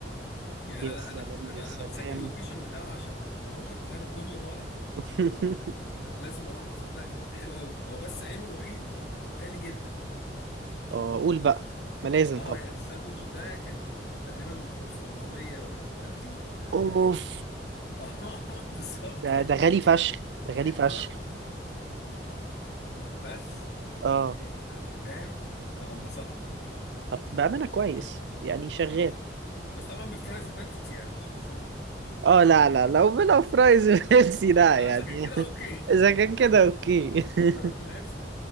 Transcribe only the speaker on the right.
يا
سلام
يا سلام
<laughs>
اه قول بقى ما لازم
طبعا
اوف
ده
ده غالي
فشخ
ده غالي
فشخ
اه
طب بأمانة كويس يعني شغال
اه لا لا لو لو فرايز بيبسي لا
يعني
<laughs>
اذا كان كده اوكي <laughs>